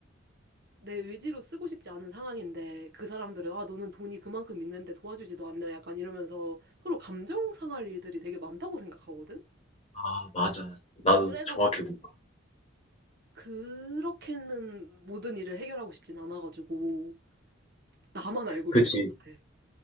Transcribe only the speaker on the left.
아, 맞아. 나도
정확히 공감.
그치.